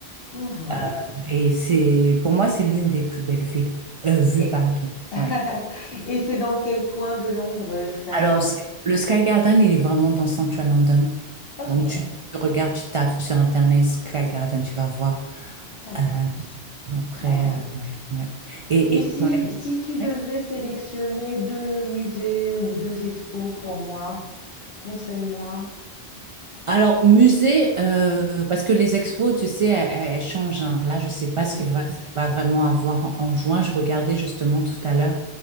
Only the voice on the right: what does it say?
Euh, et c'est, pour moi, c'est l'une des plus belles villes, euh, vues,
pardon.
Ouais.
Alors,
Sky- le Sky Garden, il est vraiment dans Central London.
Donc, tu, tu regardes, tu tapes sur Internet Sky Garden, tu vas voir.
Euh, après,
euh, ouais, ouais. Et,
et- ouais.
Ouais.
Alors, musée, euh, parce que les expos, tu sais, elles, elles- elles changent. hein. Là, je sais pas
ce qu'il va, ce qu'il va vraiment avoir en, en juin. Je regardais justement tout à l'heure.